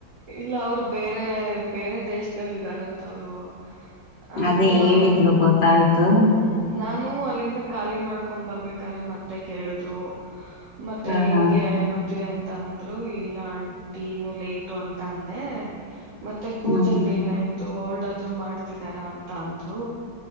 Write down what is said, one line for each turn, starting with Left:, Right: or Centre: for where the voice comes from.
Right: ಇಲ್ಲ ಅವ್ರು ಬೇರೆ ಬೇರೆ ದೇಶದದಲ್ಲಿ ಇದ್ದಾರಂತ ಅವ್ರು ಅದಕ್ಕೆ
Left: ಅದೇ ಹೇಳಿದ್ರು
Right: ಅವರು
Left: ಗೊತ್ತಾಯ್ತು
Right: ಹ್ಮ್ ನಾನು ಅಲ್ಲಿಂದ ಖಾಲಿ ಮಾಡ್ಕೊಂಡ್ ಬರ್ಬೇಕ್ರೆ ಮತ್ತೆ ಕೇಳಿದ್ರು ಮತ್ತೆ
Left: ಹ
Right: ಹೆಂಗೆ
Left: ಹ
Right: ಮದ್ವೆ ಅಂತ ಂದ್ರು ಇಲ್ಲ ಆಂಟಿ ಇನ್ನು ಲೇಟು ಅಂತ ಅಂದೆ ಮತ್ತೆ ಪೂಜಂದ
Left: ಹ್ಮ್
Right: ಏನಾಯ್ತು ಅವಳ ಯದಾದ್ರು ಮಾಡ್ತಿದಾರ ಅಂತ ಅಂದ್ರು